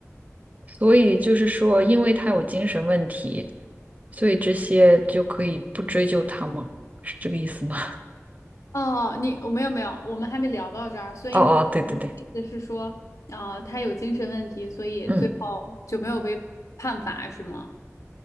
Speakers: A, on the right; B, on the left.
A: 所以就是说，因为他有精神问题，所以这些就可以不追究他吗？是这个意思吗？
B: 哦，你我没有没有，我们还没聊到这儿，
A: <laughs>
B: 所以你你的意思是说，
A: 哦哦，对对对，
B: 啊、他有精神问题，所以最后就没有被判罚是吗？
A: 嗯，